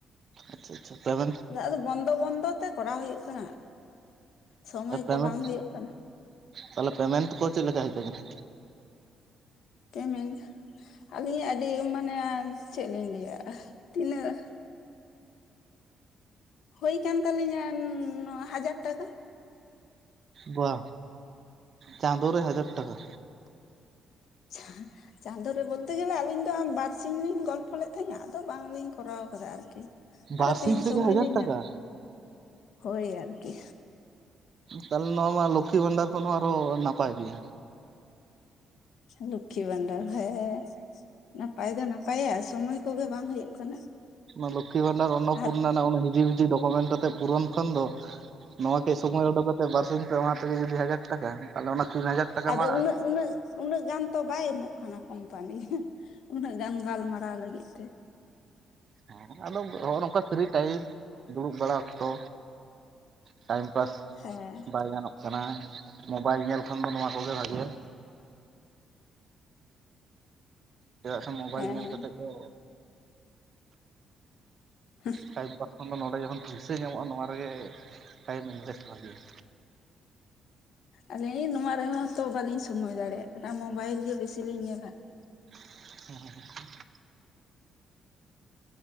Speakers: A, on the right; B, on the left.
A: ᱟᱪᱪᱷᱟ ᱛᱟᱵᱮ
B: ᱟᱫᱚ ᱵᱚᱱᱫᱚ ᱵᱚᱱᱫᱚ ᱛᱮ ᱠᱚᱨᱟᱣ ᱦᱩᱭᱩᱜ ᱠᱟᱱᱟ᱾ ᱥᱚᱢᱚᱭ
A: ᱯᱮᱢᱴ
B: ᱠᱚ ᱵᱟᱝ ᱦᱩᱭᱩᱜ ᱠᱟᱱᱟ
A: ᱛᱟᱦᱚᱞᱮ ᱯᱮᱢᱮᱱᱴ ᱠᱚ ᱪᱮᱫᱞᱮᱠᱟ ᱦᱤᱡᱽ ᱟᱠᱟᱱᱟ᱾
B: ᱯᱮᱢᱮᱱᱴ ᱟᱹᱞᱤᱧᱟᱜ ᱟᱹᱰᱤ ᱢᱟᱱᱮ ᱪᱮᱫ ᱞᱤᱧ ᱞᱟᱹᱭᱟᱼᱟ ᱛᱤᱱᱟᱹᱜ ᱦᱩᱭ ᱠᱟᱱ ᱛᱟᱞᱤᱧᱟ ᱱᱚᱣᱟ ᱦᱟᱡᱟᱨ ᱴᱟᱠᱟ᱾
A: ᱵᱟ ᱪᱟᱸᱫᱳ ᱨᱮ ᱦᱟᱡᱟᱨ ᱴᱟᱠᱟ
B: ᱟᱪᱷᱟ ᱪᱟᱸᱫᱳ ᱨᱮ ᱵᱚᱞᱛᱮ ᱜᱮᱞᱮ ᱟᱹᱞᱤᱧ ᱫᱚ ᱵᱟᱨᱥᱤ ᱞᱤᱧ ᱜᱚᱞᱯᱷᱚ ᱞᱮᱫ ᱛᱟᱦᱮᱸᱱᱟ ᱟᱫᱚ ᱵᱟᱝᱞᱤᱧ ᱠᱚᱨᱟᱣ ᱠᱟᱫᱟ ᱟᱨᱠᱤ
A: ᱵᱟᱨᱥᱤᱧ
B: ᱟᱨᱚ ᱛᱮᱦᱤᱧ
A: ᱛᱮᱜᱮ
B: ᱥᱚᱢᱚᱭ
A: ᱦᱟᱡᱟᱨ
B: ᱞᱤᱧᱟ
A: ᱴᱟᱠᱟ
B: ᱦᱳᱭ ᱟᱨᱠᱤ
A: ᱛᱟᱦᱞᱮ ᱱᱚᱣᱟ ᱢᱟ ᱞᱚᱠᱠᱷᱤ ᱵᱷᱟᱱᱰᱟᱨ ᱠᱷᱚᱱ ᱦᱚᱸ ᱟᱨᱚ ᱱᱟᱯᱟᱭ ᱜᱮᱭᱟ᱾
B: ᱞᱚᱠᱠᱷᱤ ᱵᱷᱟᱱᱫᱟᱨ ᱦᱮ ᱦᱮ ᱱᱟᱯᱟᱭ ᱫᱚ ᱱᱟᱯᱟᱭᱟ ᱥᱚᱢᱚᱭ ᱠᱚᱜᱮ ᱵᱟᱝ ᱦᱩᱭᱩᱜ ᱠᱟᱱᱟ᱾
A: ᱚᱱᱟ ᱞᱚᱠᱠᱷᱤ ᱵᱷᱟᱱᱰᱟᱨ ᱚᱱᱱᱚᱯᱩᱨᱱᱟ
B: ᱟᱨ
A: ᱨᱮᱱᱟᱜ ᱚᱱᱟ ᱦᱤᱡᱤ ᱵᱷᱤᱡᱤ ᱰᱚᱠᱚᱢᱮᱱᱴ ᱠᱟᱛᱮᱜ ᱯᱩᱨᱚᱱ ᱠᱷᱚᱱ ᱫᱚ ᱱᱚᱣᱟ ᱠᱟᱹᱡᱽ ᱥᱚᱢᱚᱭ ᱩᱰᱩᱠ ᱠᱟᱛᱮᱫ ᱵᱟᱨᱥᱤᱧ ᱯᱮ ᱢᱟᱹᱦᱟ ᱛᱮᱜᱮ ᱡᱩᱫᱤ ᱦᱟᱡᱟᱨ ᱴᱟᱠᱟ ᱛᱟᱦᱚᱞᱮ ᱚᱱᱟ ᱛᱤᱱ ᱦᱟᱡᱟᱨ ᱴᱟᱠᱟ
B: ᱟᱫᱚ
A: ᱢᱟ
B: ᱩᱱᱟᱹᱜ ᱩᱱᱟᱹᱜ ᱩᱱᱟᱹᱜ ᱜᱟᱱ ᱛᱚ ᱵᱟᱭ ᱮᱢᱚᱜ ᱠᱟᱱᱟ ᱠᱳᱢᱯᱟᱱᱤ ᱩᱱᱟᱹᱜ ᱜᱟᱱ ᱜᱟᱞᱢᱟᱨᱟᱣ ᱞᱟᱹᱜᱤᱫ ᱛᱮ
A: ᱦᱮ ᱟᱫᱚ ᱱᱚᱜᱼᱚ ᱱᱚᱝᱠᱟ ᱯᱷᱤᱨᱤ ᱴᱟᱭᱤᱢ ᱫᱩᱲᱩᱵ ᱵᱟᱲᱟ ᱚᱠᱛᱚ ᱴᱟᱭᱤᱢ ᱯᱟᱥ
B: ᱦᱮᱸ
A: ᱵᱟᱭ ᱜᱟᱱᱚᱜ ᱠᱟᱱᱟ ᱢᱳᱵᱟᱭᱤᱞ ᱧᱮᱞ ᱠᱷᱚᱱ ᱫᱚ ᱱᱚᱣᱟ ᱠᱚᱜᱮ ᱵᱷᱟᱜᱤᱭᱟ᱾ ᱪᱮᱫᱟᱜ ᱥᱮ ᱢᱳᱵᱟᱭᱤᱞ
B: ᱦᱮᱸ
A: ᱧᱮᱞ ᱠᱟᱛᱮ ᱫᱚ
B: ᱦᱮᱸ
A: ᱴᱟᱭᱤᱢ ᱯᱟᱥ ᱠᱷᱚᱱ ᱫᱚ ᱱᱚᱸᱰᱮ ᱡᱚᱠᱷᱚᱱ ᱯᱩᱭᱥᱟᱹ ᱧᱟᱢᱚᱜᱼᱟ ᱱᱚᱣᱟ ᱨᱮᱜᱮ ᱴᱟᱭᱤᱢ ᱤᱱᱵᱷᱮᱥᱴ ᱵᱷᱟᱜᱤᱭᱟ᱾
B: ᱟᱹᱞᱤᱧ ᱱᱚᱣᱟ ᱨᱮᱦᱚᱸ ᱛᱚ ᱵᱟᱞᱤᱧ ᱥᱚᱢᱚᱭ ᱫᱟᱲᱮᱭᱟᱜ ᱠᱟᱱᱟ ᱢᱳᱵᱟᱭᱤᱞ ᱜᱮ ᱵᱤᱥᱤ ᱞᱤᱧ ᱧᱮᱞᱟ
A: <unintelligible>